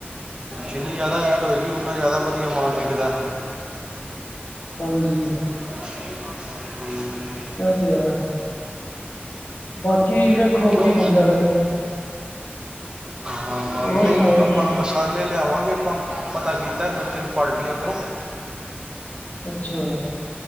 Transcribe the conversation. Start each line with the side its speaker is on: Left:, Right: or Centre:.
Right: ਜਿੰਨੀ ਜਿਆਦਾ ਐਡ ਹੋਏਗੀ ਉਨਾ ਜ਼ਿਆਦਾ ਵਧੀਆ ਮਾਲ ਵਿਕਦਾ।
Left: ਹਾਂਜੀ।
Right: <inaudible>
Left: ਐ, ਤੇੰ ਹੈ। ਬਾਕੀ ਵੇਖੋ
Right: ਕਿਉਂ
Left: ਕੀ ਬੰਦਾ ਫਿਰ
Right: ਹਾਂ,
Left: ਹੋਰ
Right: ਨਹੀਂ
Left: ਸੁਣਾਓ ਜੀ
Right: ਆਪਣਾ
Left: ਤੁਸੀਂ
Right: ਮਸਾਲੇ ਲਿਆਵਾਂਗੇ। ਆਪਾਂ ਪਤਾ ਕੀਤਾ ਦੋ, ਤਿੰਨ ਪਾਰਟੀਆਂ ਤੋਂ।
Left: ਅੱਛਾ।